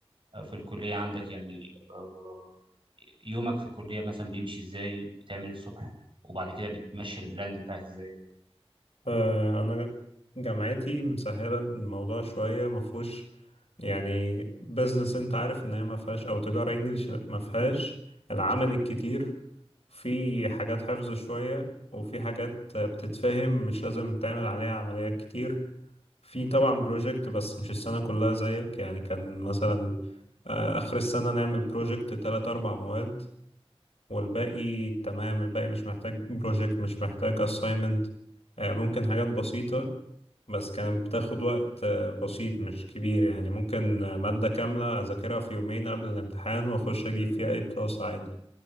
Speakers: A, on the right; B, on the left.
A: في الكليه عندك يعني آه، يومك في الكليه مثلا بيمشي ازاي بتعمل إيه الصبح وبعد كده بتمشي البراند بتاعك ازاي
B: آه، انا جامعتي مسهله الموضوع شويه ما فيهوش يعني بزنس انت عارف ان هي ما فيهاش او تجاره انجليش ما فيهاش العمل الكتير في حاجات حفظ شويه وفي حاجات بتتفهم مش لازم تعمل عليها عمليات كتير في طبعا بروجكت بس مش السنه كلها زيك يعني كان مثلا آه، اخر السنه نعمل بروجكت تلات اربع مواد والباقي تمام الباقي مش محتاج بروجكت مش محتاج assignment آه، ممكن حاجات بسيطة بس كانت بتاخد وقت آه، بسيط مش كبير يعني ممكن آه، مادة كاملة أذاكرها في يومين قبل الامتحان وأخش أجيب فيها أي بلس عادي